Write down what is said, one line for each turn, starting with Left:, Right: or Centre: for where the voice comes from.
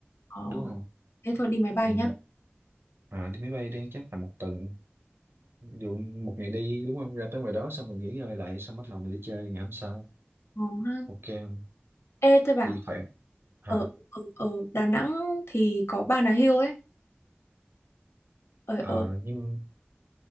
Left: Ờ.
Right: đúng không?
Left: Thế thôi đi máy bay
Right: Ừ.
Left: nhá.
Right: À, đi máy bay đang chắc tầm một tuần ví dụ một ngày đi đúng không ra tới ngoài đó xong mình nghỉ ngơi lại xong bắt đầu mình đi chơi ngày hôm sau
Left: Ờ, ha.
Right: ok không?
Left: Ê, tôi bảo
Right: vì khỏe hả
Left: ở, ở, ở Đà Nẵng thì có Bà Nà Hills ấy. Ở,
Right: à,
Left: ở
Right: nhưng